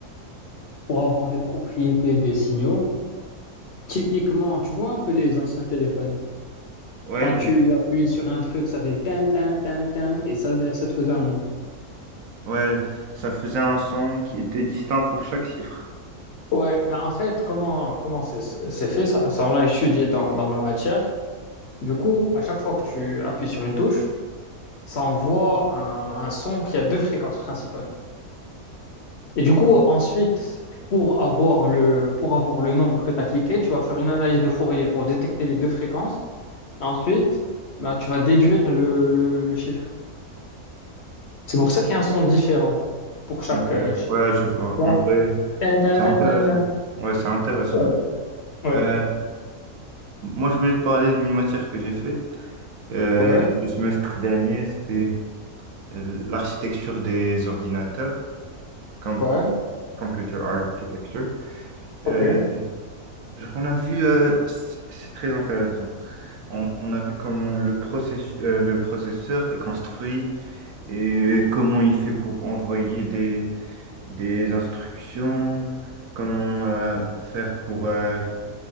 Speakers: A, on the left; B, on the right.
A: pour avoir des propriétés des signaux. Typiquement, tu vois un peu les anciens téléphones.
B: Ouais,
A: Quand tu appuyais sur un truc, ça faisait tin, tin, tin, tin, et ça, ça te faisait un nombre.
B: Ouais, ça faisait un son qui était distinct pour chaque chiffre.
A: Ouais, ben en fait, comment comment c'est c'est fait ça, ça on l'a étudié dans, dans ma matière. Du coup, à chaque fois que tu appuies sur une touche, ça envoie un, un son qui a deux fréquences principales. Et du coup, ensuite, pour avoir le pour avoir le nombre que tu as cliqué, tu vas faire une analyse de Fourier pour détecter les deux fréquences. Ensuite, ben, tu vas déduire le, le, le chiffre. C'est pour ça qu'il y a un son différent pour chaque
B: Donc,
A: euh,
B: euh,
A: chef.
B: ouais, je vois.
A: Genre,
B: En vrai,
A: ta, ta,
B: c'est
A: ta,
B: intéressant.
A: ta, ta.
B: Ouais, c'est intéressant.
A: Ouais, ouais,
B: Euh, moi, je voulais te parler d'une matière que j'ai faite euh,
A: ouais,
B: le semestre dernier. C'était euh, l'architecture des ordinateurs, com-
A: ouais.
B: computer architecture.
A: Ok.
B: Euh, genre, on a vu, euh, c- c'est très intéressant. On, on a vu comment le process- euh, le processeur est construit et comment il fait pour envoyer des des instructions, comment euh, faire pour, euh,